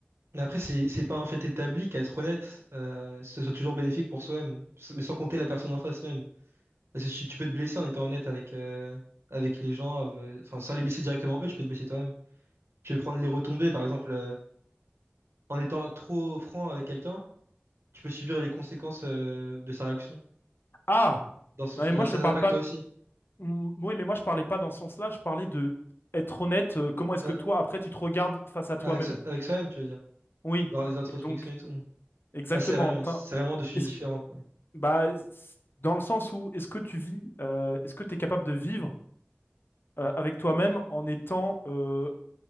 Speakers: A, on the right; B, on the left.
A: mais après, c'est c'est pas un fait établi qu'être honnête, euh, ce soit toujours bénéfique pour soi-même, mais sans compter la personne en face même. Parce que tu, tu peux te blesser en étant honnête avec, euh, avec les gens, euh, enfin, sans les blesser directement eux, tu peux te blesser toi-même. Tu peux prendre les retombées, par exemple, euh, en étant trop franc avec quelqu'un, tu peux subir les conséquences, euh, de sa réaction.
B: ah!
A: Dans ce
B: Non,
A: sens,
B: mais moi,
A: genre,
B: je
A: ça
B: ne parle
A: t'impacte
B: pas
A: toi aussi.
B: Mm, Oui, mais moi je parlais pas dans ce sens-là, je parlais de être honnête, euh, comment est-ce
A: Euh,
B: que toi après tu te regardes face à toi-même?
A: avec, so- avec soi-même, tu veux dire.
B: Oui.
A: Genre les introspections
B: Et donc,
A: et tout.
B: exactement.
A: Ah, c'est vrai-
B: t'in-
A: c'est vraiment deux sujets
B: est-ce-
A: différents, quoi.
B: bah, s- dans le sens où est-ce que tu vis, euh, est-ce que tu es capable de vivre euh, avec toi-même en étant euh,